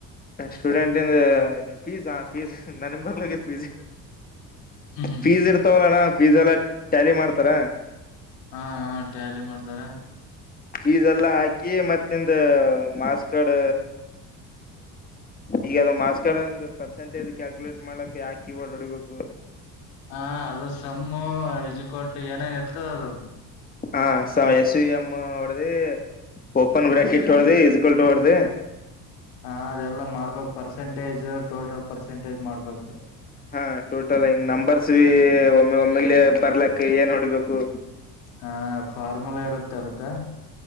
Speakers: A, on the left (about 15°); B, on the left (about 70°).
A: ಸ್ಟೂಡೆಂಟ್ ಇದು ನೀ ಫೀಸ್ ಫೀಸ್ ನನ್ ಮೊದ್ಲು ಗೂ ಫೀಸ್.
B: ಹ್ಮ್ ಹ್ಮ್
A: ಫೀಸ್ ಇರ್ತವಲ್ಲ ಅಣ್ಣ ಫೀಸ್ ಎಲ್ಲ ಟ್ಯಾಲಿ ಮಾಡ್ತಾರ.
B: ಹಾ ಹ ಟ್ಯಾಲಿ ಮಾಡ್ತಾರೆ.
A: ಫೀಸ್ ಎಲ್ಲಾ ಹಾಕಿ ಮತ್ತ್ ನಿಂದು ಮಾಸ್ಕಡ್. ಈಗ ಅದು ಮಾಸ್ ಕಾರ್ಡ್ ಒಂದು ಪರ್ಸೆಂಟೇಜ್ ಕ್ಯಾಲ್ಕುಲೇಟ್ ಮಾಡಕೆ ಹಾಕಿ ಇವಗ ದುಡಿಬೇಕು.
B: ಹಾ ಅದು ಸಮ್ಮು ಇಸ್ ಈಕ್ವಲ್ ಟು ಏನೇನ್ ಇರ್ತದ ಅದು.
A: ಹ ಸ ಎಸ್ ಯಿ ಎಮ್ ಹೊಡೆದಿ. ಓಪನ್ ಬ್ರ್ಯಾಕೆಟ್ ಹೊಡೆದಿ ಇಜುಕಲ್ಟ್ ಹೊಡೆದಿ.
B: ಹ ಅದೆಲ್ಲಾ ಮಾಡ್ಬೇಕಕ್ ಪರ್ಸೆಂಟೇಜ್ ಟೋಟಲ್ ಪರ್ಸೆಂಟೇಜ್ ಮಾಡ್ಬೇಕು.
A: ಹಾ ಟೋಟಲ್ ಹಾಗಿ ನಂಬರ್ಸಿ ಒಮ್ಮೆ ಒಮ್ಮೆಲೇ ಬರ್ಲಕ್ಕ ಏನ್ ಹೊಡಿಬೇಕು.
B: ಹಾ ಫಾರ್ಮುಲಾ ಇರುತ್ತೆ ಅದಕ್ಕ.